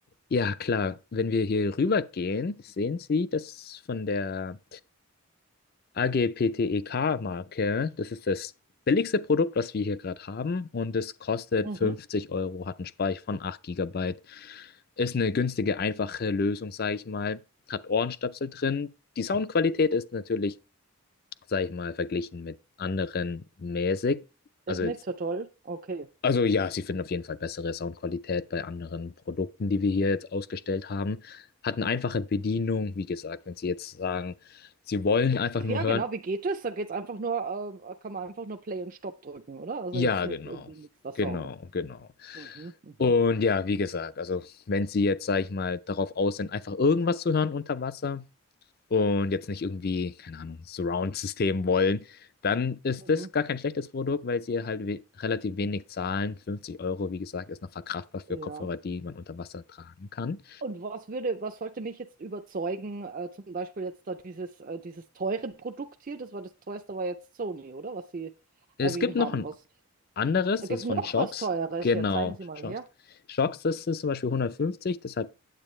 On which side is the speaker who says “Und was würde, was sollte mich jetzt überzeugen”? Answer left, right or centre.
Right